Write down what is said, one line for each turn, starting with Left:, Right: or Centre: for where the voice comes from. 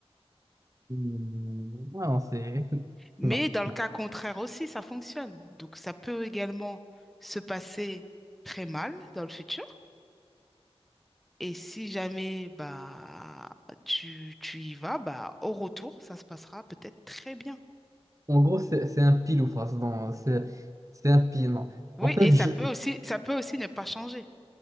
Right: Hmm, ouais, non, c'est... <laughs>
Centre: Mais
Right: Non,
Centre: dans
Right: non.
Centre: le cas contraire aussi, ça fonctionne. Donc, ça peut également se passer très mal dans le futur. Et si jamais bah, tu, tu y vas, bah, au retour, ça se passera peut-être très bien.
Right: En gros, c'est c'est un pile ou face. Non, c'est c'est un pile, non.
Centre: Oui,
Right: En fait,
Centre: et
Right: je...
Centre: ça peut aussi, ça peut aussi ne pas changer.